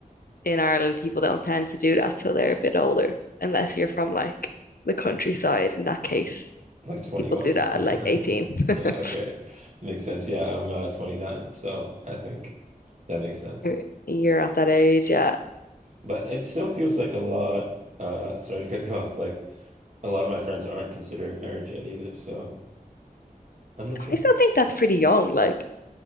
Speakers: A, on the left (about 75°); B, on the right (about 50°).
A: in Ireland people don't tend to do that till they're a bit older, unless you're from like the countryside. In that case,
B: Like 21.
A: people do that
B: <laughs>
A: at like 18.
B: Yeah,
A: <laughs>
B: okay. Makes sense. Yeah, I'm uh, 29, so I think that makes sense.
A: You're, you're at that age, yeah.
B: But it still feels like a lot, uh, sorry to cut you off, like a lot of my friends aren't considering marriage yet either, so I'm not sure.
A: I still think that's pretty young. Like